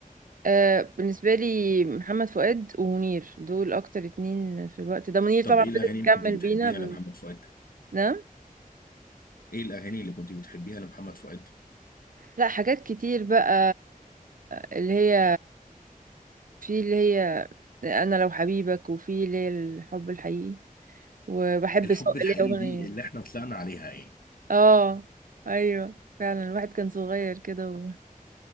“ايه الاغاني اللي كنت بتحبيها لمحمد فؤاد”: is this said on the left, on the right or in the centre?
Left